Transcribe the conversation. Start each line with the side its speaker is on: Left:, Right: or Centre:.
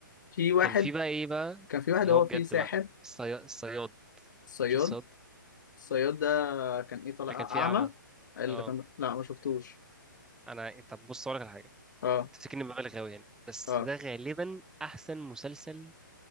Left: في واحد
Centre: كان في بقى ايه بقى
Left: كان في واحد
Centre: اللي
Left: هو
Centre: هو بجد
Left: فيه ساحر
Centre: بقى الصياد الصياد
Left: صياد
Centre: شفت الصياد
Left: الصياد ده كان ايه طالع
Centre: ده كان فيه
Left: اعمى
Centre: اعمى
Left: اللي
Centre: اه
Left: كان لا ما شفتوش
Centre: انا طب بص اقول لك على حاجة
Left: اه
Centre: بتتكلم مبالغ قوي يعني بس
Left: اه
Centre: ده غالبا احسن مسلسل